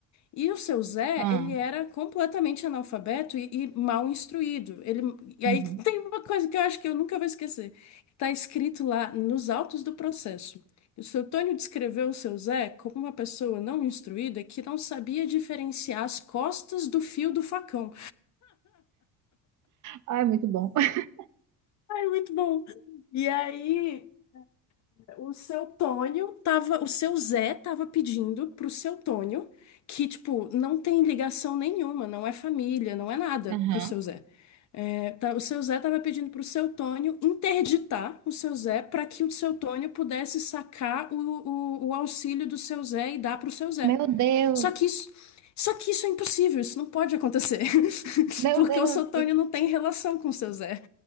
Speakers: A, on the left; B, on the right.
A: E o seu Zé,
B: ah,
A: ele era completamente analfabeto e, e mal instruído. Ele, e
B: uhum.
A: aí <laughs> tem uma coisa que eu acho que eu nunca vou esquecer. Está escrito lá nos autos do processo. O seu Tônio descreveu o seu Zé como uma pessoa não instruída que não sabia diferenciar as costas do fio do facão.
B: Ai, muito bom. <laughs>
A: Ai, muito bom. E aí, O seu Tônio tava, o seu Zé tava pedindo pro seu Tônio, que, tipo, não tem ligação nenhuma, não é família, não é nada
B: Aham.
A: pro seu Zé. É, tá- o seu Zé tava pedindo pro seu Tônio interditar o seu Zé para que o seu Tônio pudesse sacar o, o, o auxílio do seu Zé e dar pro seu Zé.
B: Meu Deus,
A: Só que isso, só que isso é impossível, isso não pode acontecer.
B: meu
A: <laughs> Porque
B: Deus.
A: o seu Tônio
B: E-
A: não tem relação com o seu Zé.